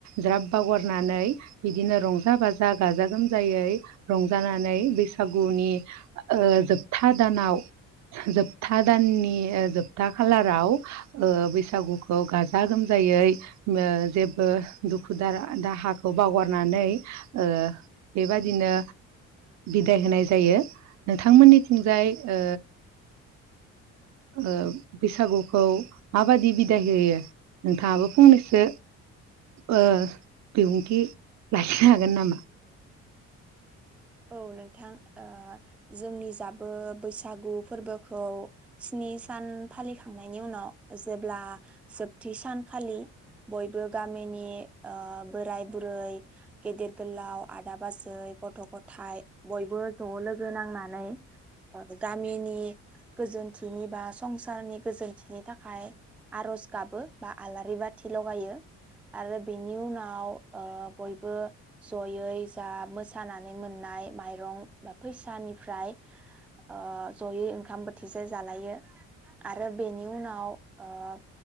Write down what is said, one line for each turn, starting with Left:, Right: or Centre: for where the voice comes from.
Right: ज्राब बावगारनानै बिदिनो रंजा बाजा गाजा गोमजायै रं जानानै बै सागुनि ओ जोबथा दानाव जोबथा दाननि जोबथा खालाराव ओ बैसागुखौ गाजा गोमजायै ओ जेबो दुखु दारा दाहाखौ बावगारनानै ओ बेबादिनो बिदाय होनाय जायो नोंथांमोननिथिंजाय ओ ओ बैसागुखौ माबादि बिदाय होयो नोंथाङाबो फंनैसो ओ बिबुंथि लाखिनो हागोन नामा
Centre: औ नोंथां ओ जोंनि जाबो बैसागु फोरबोखौ स्नि सान फालिखांनायनि उनाव जेब्ला जोबथि सानखालि बयबो गामिनि ओ बोराय बुरै गेदेर गोलाव आदा बाजै गथ' ग थाइ बयबो ज' लोगो नांनानै गामिनि गोजोनथिनि बा संसारनि गोजोनथिनि थाखाय आर'ज गाबो बा आलारि बाथि लगायो आरो बेनि उनाव ओ बयबो जयै जा मोसाना नै मोननाय माइरं बा फैसानिफ्राय ओ जयै ओंखाम बोथिसे जालायो आरो बेनि उनाव ओ